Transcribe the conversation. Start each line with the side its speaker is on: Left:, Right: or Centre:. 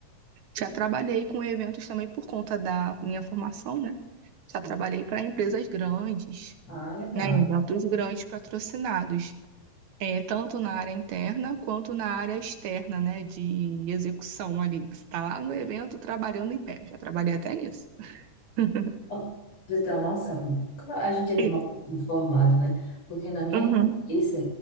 Right: já trabalhei com eventos também por conta da minha formação, né?
Left: Sim.
Right: Já trabalhei para empresas grandes,
Left: Ah, legal.
Right: né? Eventos grandes patrocinados. É, tanto na área interna quanto na área externa, né, de execução ali. Você está lá no evento trabalhando em pé. Já trabalhei até nisso. <laughs>
Left: Ó, pra Você tem uma noção. como A gente é
Right: E-
Left: mal informado, né? Porque na minha
Right: Uhum,
Left: cabeça,